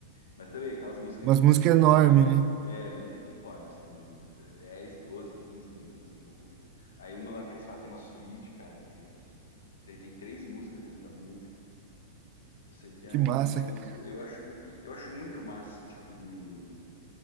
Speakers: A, on the left; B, on the right.
A: Mas também aquelas músicas
B: Umas
A: estilo
B: músicas
A: Pink Floyd,
B: enormes,
A: né?
B: né?
A: É, bem Pink Floyd, assim, de- de- 10, 12, 15 minutos de música. Aí uma lá que eles fazem uma suíte, cara, que tem tem três músicas dentro da música. Eu sei que é
B: Que
A: um
B: massa,
A: negócio.
B: cara.
A: Eu acho, mu- eu acho muito massa esse tipo de,